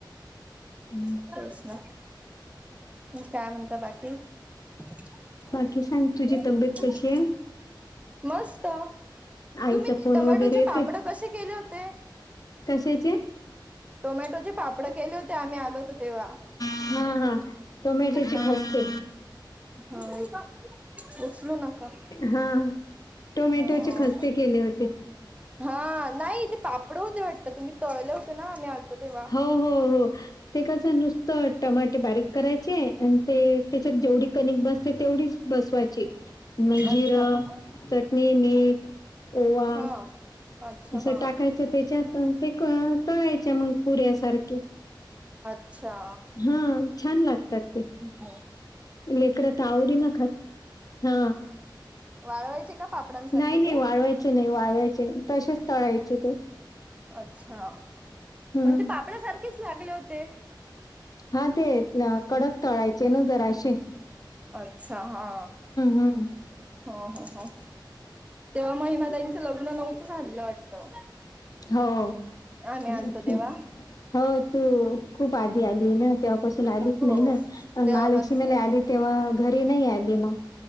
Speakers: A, on the left; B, on the right.
A: हम्म.
B: तेच ना उ काय म्हणता बाकी? <unintelligible>
A: बाकी सांग तुझी तब्येत कशी आहे
B: मस्त,
A: आईचा
B: तुम्ही ते
A: फोन
B: टोमॅटोचे
A: वगैरे येते
B: पापडं कसे केले होते?
A: कशाचे?
B: टोमॅटोचे पापडं केले होते, आम्ही आलो होतो तेव्हा
A: हा हा. टोमॅटोचे
B: हा,
A: खस्ते
B: हा उचलू नका.
A: हा टोमॅटोचे
B: हा
A: खस्ते केले होते.
B: हा नाही ते पापडं होते वाटत, तुम्ही तळले होते ना आम्ही आलतो तेव्हा
A: हॊ हॊ हॊ ते कसं नुसतं टमाटे बारीक करायचे. आणि ते त्याच्यात जेवढी कनिक बसते तेवढीच बसवायची. नई जीर,
B: अच्छा ह
A: चटणी, मीठ, ओवा
B: हा अच्छा
A: असं
B: हा
A: टाकायचं त्याच्यात अन ते क तळायचे मंग पुऱ्यासारखे
B: अच्छा
A: हा छान लागतात ते
B: <unintelligible> हो
A: लेकर त आवडीनं खात हा
B: वाळवायचे का पापडांसारखे
A: नाही नाही
B: ते
A: वाळवाय चे नाई वाळवायचे तसेच तळायचे ते
B: अच्छा!
A: हं.
B: पण ते पापडा सारखेच लागले होते.
A: हा ते न कडक तळायचे ना जरासे
B: अच्छा! हा
A: हं.
B: हा हा हा तेव्हा महिमाताईचं लग्न नव्हतं झालेल वाटतं.
A: हो
B: आम्ही
A: <unintelligible>
B: आलतो तेव्हा
A: हो तू खूप आधी आली ना, तेव्हापासून आलीच
B: हो
A: नाही ना
B: तेव्हापासून
A: अ महालक्ष्मीला आली तेव्हा घरी नाही आली ना